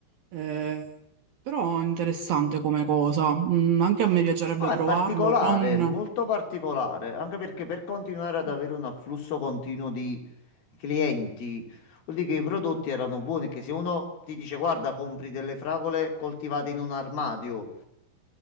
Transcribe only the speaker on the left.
Ah,
è particolare,
molto particolare, anche perché per continuare ad
avere un afflusso continuo di clienti, vuol dire che i prodotti erano buoni, che se uno ti dice guarda, compri delle fragole coltivate in un armadio.